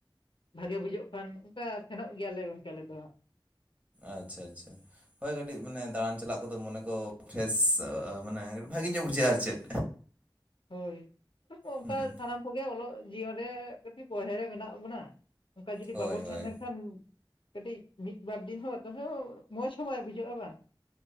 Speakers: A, on the left; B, on the right.
A: ᱵᱷᱟᱜᱮ ᱵᱩᱡᱷᱟᱹᱜ ᱠᱷᱟᱱ ᱚᱱᱠᱟ ᱥᱮᱱᱚᱜ ᱜᱮᱭᱟᱞᱮ ᱜᱚᱝᱠᱮ ᱟᱞᱮ ᱫᱚ
B: ᱟᱪᱪᱷᱟ ᱟᱪᱪᱷᱟ ᱦᱳᱭ ᱠᱟᱹᱴᱤᱡ ᱢᱟᱱᱮ ᱫᱟᱬᱟᱱ ᱪᱟᱞᱟᱜ ᱠᱚᱫᱚ ᱢᱚᱱᱮ ᱠᱚ ᱯᱷᱨᱮᱥ ᱢᱟᱱᱮ ᱵᱷᱟᱜᱮ ᱧᱚᱜ ᱵᱩᱡᱷᱟᱹᱜᱼᱟ ᱟᱨ ᱪᱮᱫ
A: <inaudible> ᱦᱳᱭ ᱛᱟᱯᱚᱨ ᱚᱱᱠᱟ
B: ᱦᱩᱸ
A: ᱥᱟᱱᱟᱢ ᱠᱚᱜᱮ ᱚᱞᱚᱜ ᱡᱤᱭᱚᱱ ᱨᱮ ᱠᱟᱹᱴᱤᱡ ᱵᱚᱨᱦᱮ ᱨᱮ ᱢᱮᱱᱟᱜ ᱵᱚᱱᱟ ᱚᱱᱠᱟ ᱡᱩᱫᱤ
B: ᱦᱳᱭ
A: ᱵᱟᱵᱚ ᱥᱮᱱ
B: ᱦᱳᱭ
A: ᱞᱮᱱᱠᱷᱟᱱ ᱠᱟᱹᱴᱤᱡ ᱢᱤᱫᱵᱟᱨ ᱫᱤᱱ ᱦᱚᱸ ᱢᱚᱡᱽ ᱦᱚᱸ ᱵᱟᱭ ᱵᱩᱡᱷᱟᱹᱜᱼᱟ ᱵᱟ